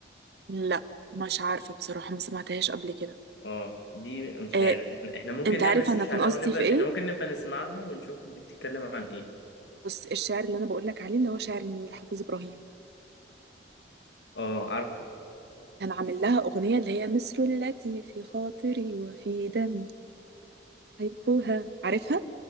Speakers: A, on the right; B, on the left.
A: لا مش عارفة بصراحة ما سمعتهاش قبل كده
B: اه دي مش
A: آه،
B: عارف احنا احنا ممكن
A: انت
B: نعمل
A: عارف
B: سيرش
A: انا كان
B: عليها
A: قصدي
B: ونبقى
A: في ايه
B: احنا ممكن نبقى نسمعها ونشوف دي بتتكلم عن ايه
A: بس الشعر اللي انا بقول لك عليه اللي هو شعر النيل حافظ ابراهيم
B: اه عارفه
A: كان عامل لها اغنية اللي هي مصر التي في خاطري وفي دمي احبها عارفها